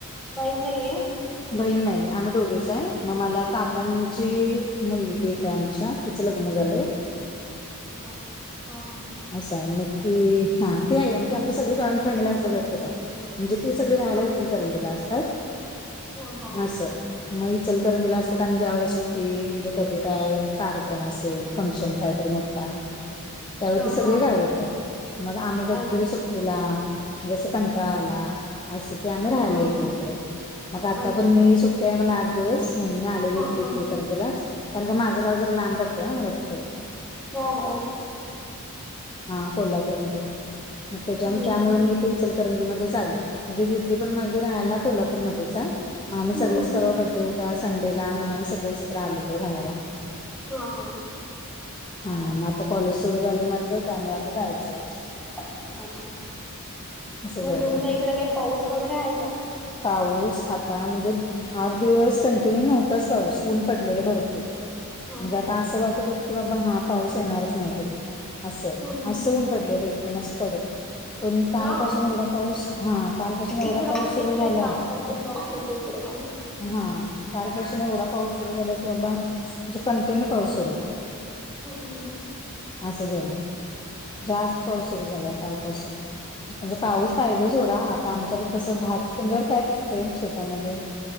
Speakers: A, in the centre; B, on the left.
A: बहीण नाहीये?
B: बहीण नाही आम्ही दोघेच हाय, मग मला काकांची मुलगी एक हाय आमच्या तीच लग्न झालंय.
A: हो, हो, ह ह
B: असयं मग ते हा ते म्हणजे आमचे सगळे जॉईंट फॅमिली असल्यासारखंच हाय. म्हणजे ते सगळे
A: ह
B: राहायला इचलकरंजीला
A: ह
B: असतात
A: ह हो
B: असं म इचलकरंजीला असतात आणि ज्या वेळेला सुट्टी म्हणजे कधी काय कार्यक्रम असेल फंक्शन कायतरी म ता त्यावेळी
A: ह
B: ते सगळे
A: ह
B: गावी येतात मग आम्ही कधीतरी
A: अच्छा
B: सुट तिला जसं कंटाळा आला असं की आम्ही राहायंला
A: हा
B: येतो
A: हा
B: इकडे मग आता
A: अच्छा
B: पण मी सुट्टी हाय म्हणून आठ दिवस म्हणून मी आलेली
A: हा
B: इकडे
A: हा
B: इचलकरंजीलाच कारण का माझं गाव जरा लांब पडतंय ना मला तिकडं
A: हो हो.
B: हा कोल्हापूर मधून म त्याच्या
A: हम्म
B: त्यामुळ मी इथं इचलं करंजी मध्येच आले म्हणजे दिदी पण माझी राहायंला कोल्हापूरमध्येच आहे. म आम्ही
A: हम्म
B: सगळीच
A: हम्म
B: परवा बड्डे होता संडेला म्हणून आम्ही सगळीच इकडे आलेलो राहायला.
A: हा हा
B: हा म आता कॉलेज सुरू झालयं माझं त्यामुळे आता जायचं.
A: अच्छा
B: असं
A: मंग
B: झालं
A: तुमच्या इकड काही पाऊस वगैरे आहे का?
B: पाऊस आता म्हणजे आठ दिवस कंटिन्यू नव्हताच पाऊस ऊन पडलेला भरपूर
A: हां
B: म्हणजे
A: हां
B: आता असं वाटत होतं की बाबा हा पाऊस येणारच नायं कधी असं
A: हं हं
B: असं ऊन पडलेलं एकदम असं कडक पण कालपासून
A: हां
B: एवढा पाऊस हा कालपासून एवढा
A: इकडं
B: पाऊस सुरू
A: येतोय
B: झालाय.
A: कालपासून पण पाऊस येतोय इकडेपण
B: हा कालपासून एवढा पाऊस सुरू झाला की बाबा म्हणजे कंटिन्यू पाऊस सुरू आहे.
A: हूं हूं
B: असं झालंय जास्त पाऊस सुरू झालाय कालपासून म्हणजे पाऊस
A: हं हं
B: पाहिजेच सोडा आता आमच्याकड कसं भात तुमच्याकड काय पिकतंय शेतामध्ये